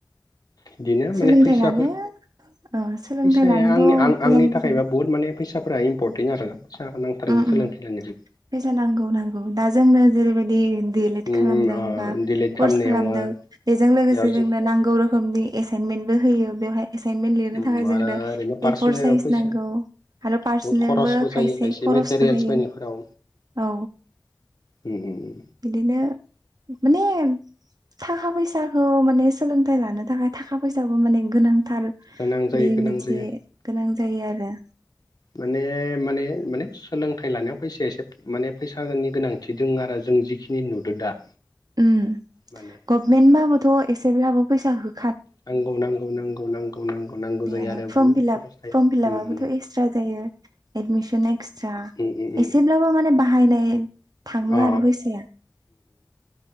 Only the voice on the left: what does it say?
बिदिनो माने
फैसाफोर
फैसाया
आंनि
आंनि
थाखायबा बुहुद माने फैसा फ्राय इम्परटेन्ट आरो फैसा नांथारगौ
सोलोंथाय लायनाय।
उम
ओ
दिलेट
खालामनायाव
ओ
बेयाव
जों
उम
आरो ओरैनो पार्सनेल
फैसा
बहुत खरसबो जायो
मेटेरियेल्स
बायनायफोराव
उम उम
गोनां जायो
गोनां
जायो
माने माने माने सोलोंथाइ लानायाव फैसाया एसे माने फैसाानि गोनांथि दं आरो जों जिखिनि नुदों दा।
माने
नांगौ नांगौ नांगौ नांगौ नांगौ
जायो आरो
बुहुत
खरसा थायो।
उम उम उम
अ